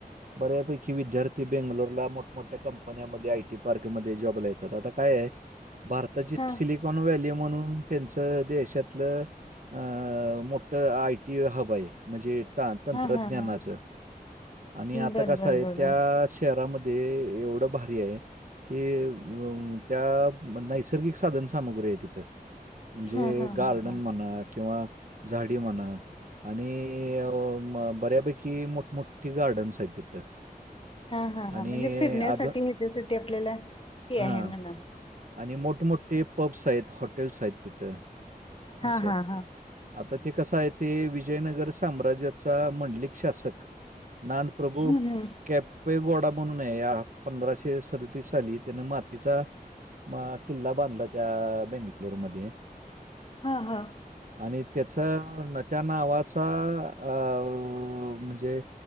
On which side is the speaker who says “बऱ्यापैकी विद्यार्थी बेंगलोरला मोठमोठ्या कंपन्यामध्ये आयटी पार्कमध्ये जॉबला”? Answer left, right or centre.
Right